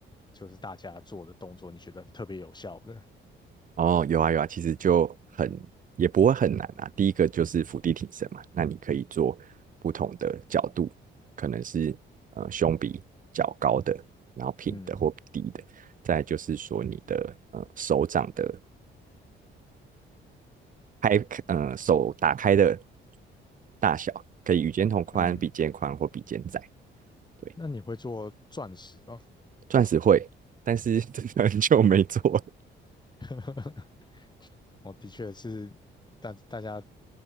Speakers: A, on the left; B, on the right.
A: 就是大家做的动作，你觉得特别有效的？
B: 哦，有啊有啊，其实就很，也不会很难啊。第一个就是伏地挺身嘛，那你可以做不同的角度，可能是呃胸比较高的，然后平的或低的。
A: 嗯
B: 再来就是说你的呃手掌的开，呃手打开的大小，可以与肩同宽、
A: 嗯，
B: 比肩宽或比肩窄。对，
A: 那你会做钻石吗？
B: 钻石会，但是 <laughs> 真的很久没做了。
A: <laughs> 我的确是大大家